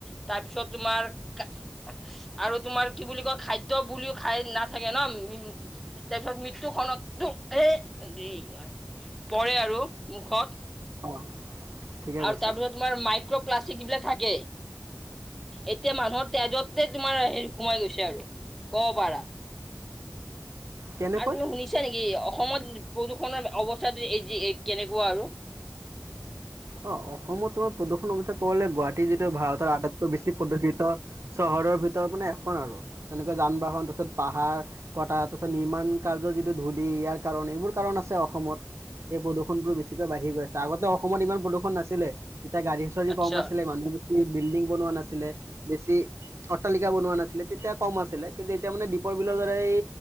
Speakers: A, in the centre; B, on the right.
A: তাৰপিছত তোমাৰ কা আৰু তোমাৰ কি বুলি কয়, খাদ্য বুলিও খাই নাথাকে ন, উম তাৰপিছত মৃত্যুখনত টো এ, দেই পৰে আৰু মুখত।
B: অ' ঠিকে
A: আৰু
B: কৈছা
A: তাৰপিছত তোমাৰ মাইক্ৰ'প্লাষ্টিক যিবিলাক থাকে। এতিয়া মানুহৰ তেজতে তোমাৰ হেৰি সোমাই গৈছে আৰু কব পাৰা। <inaudible>
B: কেনেকৈ
A: আৰু তুমি শুনিছা নেকি অসমত প্ৰদূষণৰ অৱস্থাটো এইযে এই কেনেকুৱা আৰু
B: অ', অসমত তোমাৰ প্ৰদূষণ কথা কৱলে, গুৱাহাটী যিটো ভাৰতৰ আটাইতকৈ বেছি প্ৰদূষিত চহৰৰ ভিতৰত মানে এখন আৰু তেনেকুৱা যান বাহন তাচত পাহাৰ কটা তাৰপিছত, নিৰ্মাণ কাৰ্যৰ যিটো ধূলি ইয়াৰ কাৰণ, এইবোৰ কাৰণ আছে অসমত। এই প্ৰদূষণটো বেছিকৈ বাঢ়ি গৈ আছে, আগতে অসমত ইমান খন নাছিলে তেতিয়া গাড়ী চাৰি
A: আচ্ছা
B: কম আছিলে, মানুহ বেছি বিল্ডিং বনোৱা নাছিলে বেছি অট্টালিকা বনোৱা নাছিলে, তেতিয়া কম আছিলে, কিন্তু এতিয়া মানে দীপৰ বিলৰ দৰে এই